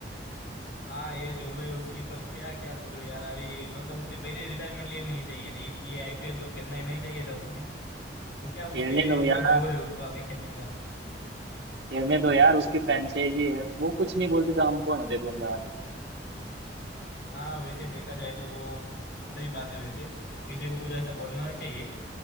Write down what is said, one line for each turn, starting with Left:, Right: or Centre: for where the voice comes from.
Left: हाँ एज हो गई उसकी पर क्या क्या बोलो यार अभी मतलब उसने पहले रिटायरमेंट लेनी नहीं चाहिए थी इसलिए आईपीएल तो खेलना ही नहीं चाहिए था उसने पर क्या उसके
Right: खेलने दो
Left: बहुत
Right: यार
Left: जोर है उसको अभी खेलने का
Right: खेलने दो यार उसकी फ्रेंचाइजी है वो कुछ नहीं बोलती तो हम कौन होते बोलने वाले
Left: हाँ वैसे देखा जाए तो सही बात है वैसे किसी को कुछ ऐसा बोलना नहीं चाहिए